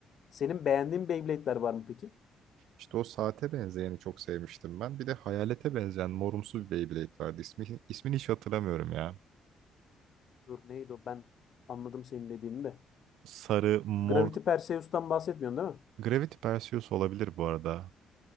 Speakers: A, on the left (about 60°); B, on the right (about 80°).
A: Senin beğendiğin Beyblade'ler var mı peki?
B: İşte o saate benzeyeni çok sevmiştim ben. Bir de hayalete benzeyen morumsu bir Beyblade vardı. İsmi, ismini hiç hatırlamıyorum ya.
A: Dur neydi o? Ben anladım senin dediğini de.
B: Sarı, mor...
A: Gravity Perseus'tan bahsetmiyorsun değil mi?
B: Gravity Perseus olabilir bu arada.